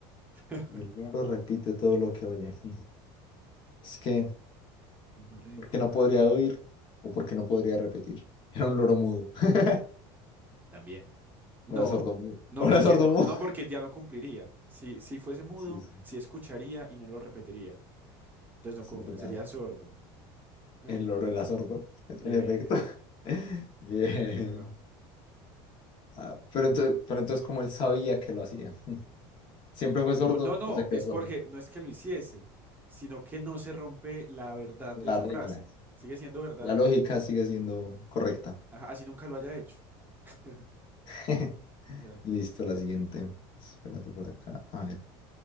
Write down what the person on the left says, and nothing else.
El loro repite todo lo que oye. <laughs> Es que...
que no
podría oír o porque no podría repetir. <laughs> Era un loro mudo, <laughs>
o era sordo mudo,
<laughs> o
era sordo
mudo.
<laughs>
Sí, sí,
es
verdad.
El loro era sordo, en
efecto. <laughs> Bien.
Ah, pero entonces, pero entonces, ¿cómo él sabía que lo hacía? <laughs> ¿Siempre fue sordo
o se quedó
sordo?
Las
reglas.
La lógica sigue siendo correcta.
<laughs>
Listo, la siguiente. Espérate por acá. A ver.